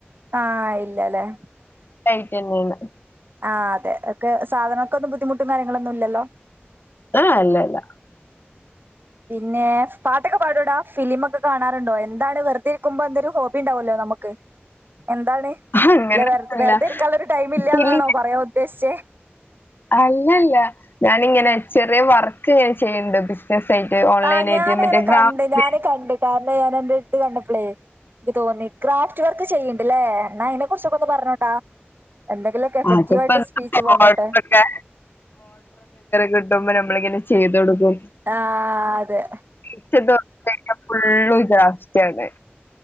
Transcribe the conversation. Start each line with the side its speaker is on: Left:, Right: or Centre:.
Right: ആ ഇല്ല ലേ
Left: ലായ്റ്റന്നേണ്
Right: ആഹ് അതെ ഒക്കെ സാധനങ്ങൾക്കൊന്നും ബുദ്ധിമുട്ടും കാര്യങ്ങളൊന്നും ഇല്ലല്ലോ
Left: ഏയ് ഇല്ല ഇല്ല
Right: പിന്നെ പാട്ടൊക്കെ പാടുവോടാ ഫിലിമൊക്കെ കാണാറുണ്ടോ എന്താണ് വെറുതെ നിക്കുമ്പോ എന്തേലും ഹോബി ഉണ്ടാവല്ലോ നമുക്ക് എന്താണ്
Left: അങ്ങനൊന്നുമില്ല
Right: അല്ല വെറുതെ ഇരിക്കാൻ ഉള്ള ഒരു ടൈം ഇല്ല്യാന്നാണോ
Left: പിന്നെ
Right: പറയാൻ ഉദ്ദേശിച്ചേ
Left: അല്ലല്ല ഞാനിങ്ങനെ ചെറിയ വർക്ക് ഞാൻ ചെയ്ണ്ട് ബിസിനസ് ആയിട്ട് ഓൺലൈൻ
Right: ആഹ് ഞാനങ്ങനെ
Left: ആയിട്ട് മറ്റേ ഗ്രാഫിക്
Right: കണ്ട് ഞാന് കണ്ട് കാര ണം ഞാൻ എന്ന് ഇത് കണ്ടപ്പളേ എനിക്ക് തോന്നി ക്രാഫ്റ്റ് വർക്ക് ചെയ്യ്ണ്ടല്ലേ എന്നാ അയിനെ കുറിച്ചൊക്കെ ഒന്ന് പർഞ്ഞൊണ്ടാ എന്തെങ്കിലൊക്കെ എഫക്റ്റീവ്
Left: അതിപ്പോ
Right: ആയിട്ട് സ്പീച്ച് പോന്നോട്ടെ
Left: ഓർഡർ ഒക്കെ കിട്ടുമ്പോ നമ്മള് ഇങ്ങനെ ചെയ്ത് കൊടുക്കും
Right: ആഹ് അതെ
Left: <unintelligible> ഫുള്ളും ഈ ക്രാഫ്റ്റാണ്